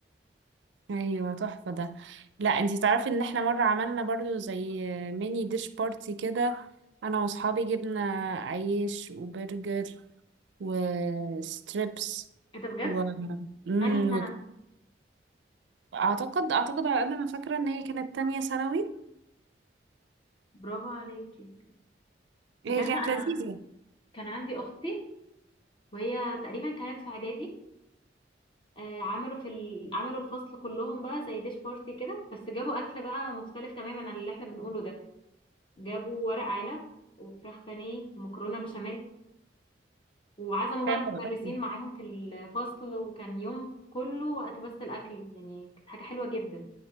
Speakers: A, on the right (about 80°); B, on the left (about 30°).
A: ايوه تحفه ده لا انتي تعرفي ان احنا مره عملنا برضو زي ميني ديش بارتي كده انا واصحابي جبنا عيش وبرجر وستريبس
B: ايه ده بجد
A: و... مم،
B: انهي سنة
A: اعتقد اعتقد على قد ما فاكره ان هي كانت تانية ثانوي
B: برافو عليكي
A: هي
B: انت عارفة
A: كانت
B: انا
A: لذيذه
B: كان عندي اختي وهي تقريبا كانت في اعدادي آه، عملوا في ال... عملوا الفصل كلهم بقى زي ديش بارتي كده بس جابوا اكل بقى مختلف تماما عن اللي احنا بنقوله ده جابوا ورق عنب وفراخ بانيه ومكرونه بشاميل وعزموا بقى
A: حلوة
B: المدرسين
A: أوي
B: معاهم في الفصل وكان يوم كله وقت بس الاكل يعني كانت حاجه حلوه جدا